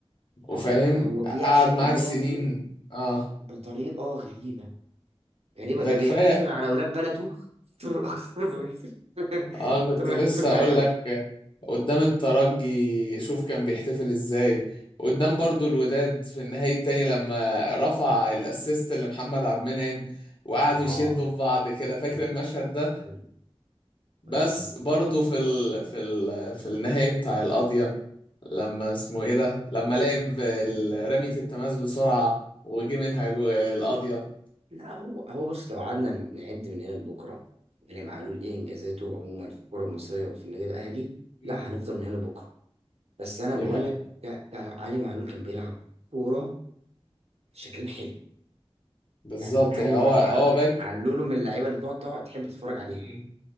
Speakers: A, on the left; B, on the right.
A: وفاهم
B: هو هو بيعشق
A: قعد معاك
B: النادي
A: سنين اه
B: بطريقه غريبه غريبة
A: ده
B: ده
A: كفاية
B: بيحتفل على أولاد بلده أكتر أكتر ما بيحتفل
A: اه
B: <laughs>
A: كنت
B: أكتر ما
A: لسه
B: بيحتفل معاهم
A: اقول لك قدام الترجي شوف كان بيحتفل ازاي قدام برضه الوداد في النهائي التاني لما رفع الاسيست لمحمد عبد المنعم وقعدوا
B: آه
A: يشدوا في بعض كده
B: أيقوني
A: فاكر المشهد ده
B: أيقوني
A: بس
B: أيقوني بجد
A: برضه في ال... في ال... في النهائي بتاع القضية لما اسمه ايه ده لما لعب ال- رمية التماس بسرعة وجي منها جو- القاضية
B: لا هو هو بص لو قعدنا نعد من هنا لبكرة إمام معلول إيه إنجازاته عموما في الكرة المصرية وفي النادي الأهلي
A: مم.
B: لا هنفضل من هنا لبكرة بس أنا
A: دي
B: بقول
A: حقيقة
B: لك ك- ك- علي معلول كان بيلعب كورة شكلها حلو
A: بالظبط
B: يعني علي
A: يعني
B: مع...
A: هو هو
B: ع-
A: باك
B: ع- علوله من اللعيبة اللي تقعد تقعد تحب تتفرج عليها
A: مم.